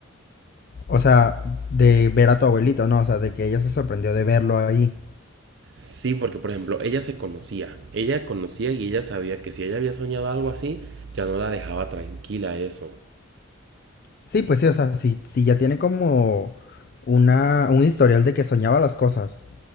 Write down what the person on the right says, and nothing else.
Sí, porque por ejemplo, ella se conocía, ella conocía y ella sabía que si ella había soñado algo así, ya no la dejaba tranquila eso.